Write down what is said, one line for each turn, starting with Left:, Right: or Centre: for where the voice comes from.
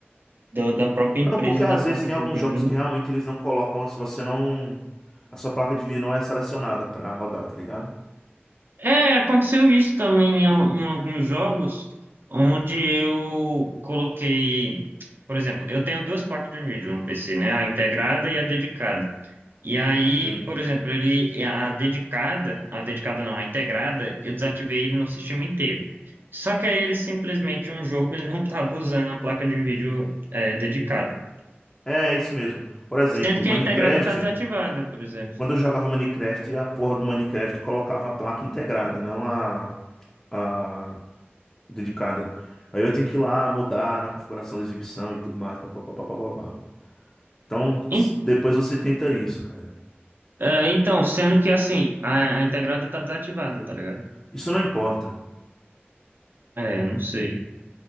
Right: do- da própria empresa
Left: Não, porque às
Right: da placa
Left: vezes tem
Right: de
Left: alguns
Right: vídeo,
Left: jogos
Right: né?
Left: que realmente eles não colocam, se você não. A sua placa de vídeo não é selecionada pra rodar, tá ligado?
Right: É, aconteceu isso também em, al- em alguns jogos, onde eu coloquei, por exemplo, eu tenho duas placas de vídeo no PC, né? A integrada e a dedicada. E aí,
Left: Sim.
Right: por exemplo, ele, a dedicada, a dedicada não, a integrada, eu desativei ele no sistema inteiro. Só que aí ele simplesmente, um jogo, ele não estava usando a placa de vídeo eh, dedicada.
Left: É, é isso mesmo. Por exemplo,
Right: Sendo que
Left: Minecraft,
Right: a integrada está desativada, por exemplo.
Left: quando eu jogava Minecraft, a porra do Minecraft colocava a placa integrada, não a, a dedicada. Aí eu tenho que ir lá mudar na configuração da exibição e tudo mais. pá, pá, pá, pá, pá, pá, pá. Então,
Right: En-
Left: s- depois você tenta isso, cara.
Right: eh, Então, sendo que assim, a, a integrada está desativada, tá ligado?
Left: Isso não importa.
Right: É, não sei.